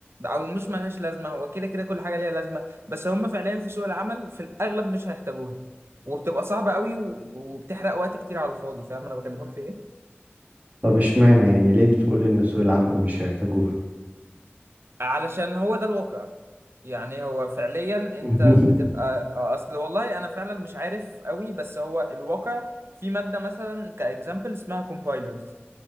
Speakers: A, on the right; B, on the right.
A: او مش ملهاش لازمه هو كده كده كل حاجه ليها لازمه بس هم فعليا في سوق العمل في الاغلب مش هيحتاجوها وبتبقى صعبه قوي و- وبتحرق وقت كتير على الفاضي فاهم انا بكلمك في ايه
B: طب اشمعنى يعني ليه بتقول ان سوق العمل مش هيحتاجوه
A: علشان هو ده الواقع يعني هو فعليا انت
B: <laughs>
A: بتبقى آه، اصل والله انا فعلا مش عارف قوي بس هو الواقع في ماده مثلا كاكزامبل اسمها كومبايلرز